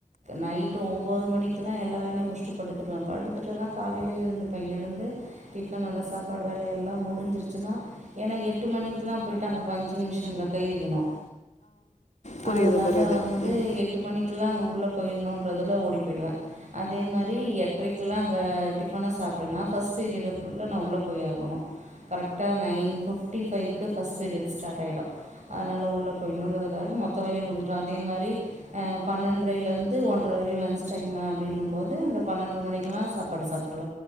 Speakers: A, on the right; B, on the left.
A: நைட்டு ஒம்போது மணிக் க்குலா எல்லா வேலயு முடிச்ட்டு படுத்துருவே. படுத்துட்டன்னா காலைல எழுந்துப்ப எழுந்து டிஃபன் வேல சாப்பாடு வேல எல்லா முடிஞ்சிருச்சுன்னா ஏனா எட்டு மணி க்லா போய்டாங்க. பஞ்சிங் மிஷின்ல கைவைக்கணு.
B: புரியுது
A: அதனால
B: புரியுது
A: வந்து
B: ம்
A: எட்டு மணிக்கெல்லா அங்க உள்ள ப்ப இன்னோன்றதுல ஓடி போயிடுவ. அதே மாரி எட்ரைக்கெல்லா அங்க டிஃபன சாப்டனா ஃபஸ்ட் பீரியடுக்குள்ள நா உள்ள போயாகணு. கரக்ட்டா நைன் ஃபிப் டி ஃபை கு ஃபஸ்ட் பீரியட் ஸ்டார்ட் ஆயிடு அதனால உள்ள போயிட்னுன்றதுக்காக மொத் த்தவலையு முடிச்சுரு. அதே மாரி அ பன்னெண்டரேலேந்து ஒன்றர வரையு லன்ச் டைமு, அப்டின்னுபோது அந்த பன்னண்டர மணிக்லா சாப்பாடு சாப்